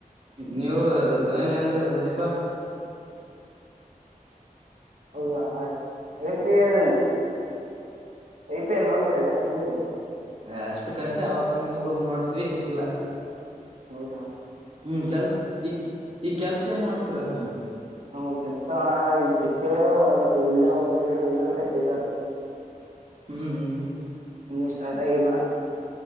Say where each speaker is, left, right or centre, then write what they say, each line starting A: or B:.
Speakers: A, on the right (about 40°); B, on the right (about 60°).
A: ನೀವು ಧೋನಿನ್ ಅಂದ್ರೆ ವಜ್ಜೀಪ.
B: ಹೌದಾ I P L I P L ನೋಡ್ತೀರಾ ಜಾಸ್ತಿ ನೀವು.
A: ಅಷ್ಟುಕ್ಕೇ ಅ ಷ್ಟೇ ಅವಾಗೊಮ್ಮಿ ಇವಗೊಮ್ಮೆ ನೋಡ್ತಿವಿ ಈಗ ಇಲ್ಲ
B: ಹೌದಾ
A: ಹ್ಮ್ ಕೆಲ್ಸ ಈ ಈ ಕೆಲ್ಸ ಏನ್ ಮಾಡ್ತಿರೋದ್ ನೀವು
B: ನಾ ಕೆಲ್ಸಾ ಈ ಸಿಕ್ತ್ರೆ ಇಲ್ಲೇ ಹೋಗ್ತವಿ ಇಲ್ಲಾಂದ್ರೆ ತಿರ್ಗ
A: ಹ್ಮ್
B: ಇನ್ನು ಸ್ಟಾರ್ಟ್ ಆಗಿಲ್ಲ.